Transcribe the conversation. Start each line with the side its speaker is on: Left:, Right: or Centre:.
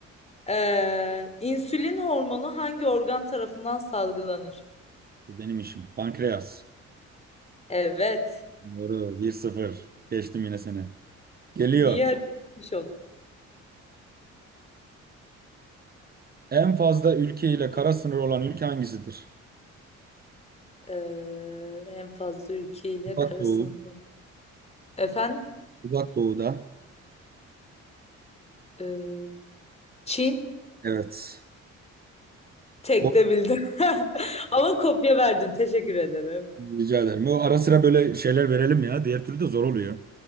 Left: Ee, insülin hormonu hangi organ tarafından salgılanır?
Right: Bu benim işim. Pankreas.
Left: Evet.
Right: Doğru. Bir sıfır. Geçtim yine seni. Geliyor.
Left: Niye haritamış ol?
Right: En fazla ülke ile kara sınırı olan ülke hangisidir?
Left: Ee, en fazla ülkeyle
Right: Uzak
Left: kara
Right: Doğu.
Left: sınır. Efendim?
Right: Uzak Doğu'da.
Left: Ee, Çin.
Right: Evet.
Left: Tek
Right: Bu-
Left: de bildim. <laughs> Ama kopya verdin. Teşekkür ederim.
Right: Rica ederim. Bu ara sıra böyle şeyler verelim ya. Diğer türlü de zor oluyor.